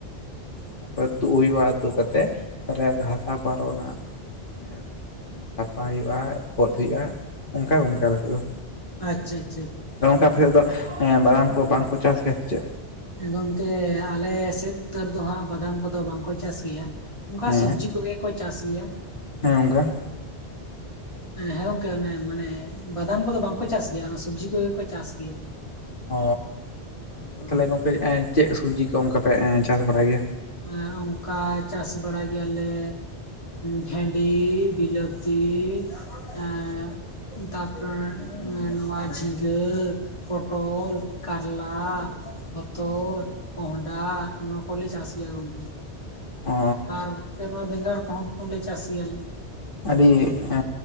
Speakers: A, on the left; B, on the left.
A: ᱛᱟᱯᱚᱨᱮ ᱛᱩᱫ ᱦᱩᱭᱩᱜᱼᱟ ᱛᱩᱫ ᱠᱟᱛᱮ ᱛᱟᱞᱦᱮ ᱜᱟᱥᱟ ᱠᱚ ᱟᱨᱚ ᱚᱱᱟ ᱢᱮ ᱥᱟᱯᱟᱭ ᱦᱩᱭᱩᱜᱼᱟ ᱜᱚᱛ ᱦᱩᱭᱩᱜᱼᱟ ᱚᱱᱠᱟ ᱚᱝᱠᱟ ᱟᱞᱮ ᱥᱮᱫ ᱫᱚ
B: ᱟᱪᱷᱟ ᱟᱪᱷᱟ
A: ᱚᱱᱠᱟ ᱟᱯᱮᱥᱮᱫ ᱫᱚ ᱵᱟᱫᱟᱢ ᱠᱚ ᱵᱟᱝ ᱠᱚ ᱪᱟᱥ ᱜᱮᱭᱟ ᱥᱮ ᱪᱮᱫ
B: ᱜᱚᱝᱠᱮ ᱟᱞᱮ ᱥᱮᱫ ᱩᱛᱟᱹᱨ ᱫᱚ ᱦᱟᱸᱜ ᱵᱟᱫᱟᱢ ᱠᱚᱫᱚ ᱵᱟᱝ ᱠᱚ ᱪᱟᱥ ᱜᱮᱭᱟ ᱚᱱᱠᱟ
A: ᱦᱮᱸ
B: ᱥᱚᱵᱽᱡᱤ ᱠᱚᱜᱮ ᱠᱚ ᱪᱟᱥ ᱜᱮᱭᱟ
A: ᱦᱮᱸ ᱜᱚᱝᱠᱮ
B: ᱦᱮᱸ ᱜᱚᱝᱠᱮ ᱚᱱᱮ ᱢᱟᱱᱮ ᱵᱟᱫᱟᱢ ᱠᱚᱫᱚ ᱵᱟᱝᱠᱚ ᱪᱟᱥ ᱜᱮᱭᱟ ᱥᱚᱵᱽᱡᱤ ᱠᱚᱜᱮ ᱠᱚ ᱪᱟᱥ ᱜᱮᱭᱟ
A: ᱚᱻ ᱟ
B: ᱦᱳᱭ
A: <inaudible> ᱛᱟᱦᱚᱞᱮ ᱜᱚᱝᱠᱮ ᱪᱮᱫ ᱥᱚᱵᱽᱡᱤ ᱠᱚ ᱚᱱᱠᱟᱯᱮ ᱪᱟᱥ ᱵᱟᱲᱟᱭ ᱜᱮᱭᱟ
B: ᱦᱮᱸ ᱚᱱᱠᱟ ᱪᱟᱥ ᱵᱟᱲᱟᱭ ᱜᱮᱭᱟᱞᱮ ᱵᱷᱮᱱᱰᱤ ᱵᱤᱞᱟᱹᱛᱤ ᱟᱨ ᱛᱟᱯᱚᱨᱮ ᱱᱚᱶᱟ ᱡᱷᱤᱸᱜᱟᱹ ᱯᱚᱴᱚᱞ ᱠᱟᱨᱞᱟ ᱦᱚᱛᱚᱫ ᱠᱚᱸᱦᱰᱟ ᱱᱚᱣᱟ ᱠᱚᱞᱮ ᱪᱟᱥ ᱜᱮᱭᱟ ᱜᱚᱝᱠᱮ
A: ᱚ
B: ᱟᱨ ᱜᱚᱝᱠᱮ ᱱᱚᱣᱟ ᱵᱮᱸᱜᱟᱲ ᱠᱚᱦᱚᱸᱠᱷᱚᱱ ᱞᱮ ᱪᱟᱥ ᱜᱮᱭᱟᱞᱮ
A: ᱟᱹᱰᱤ ᱮ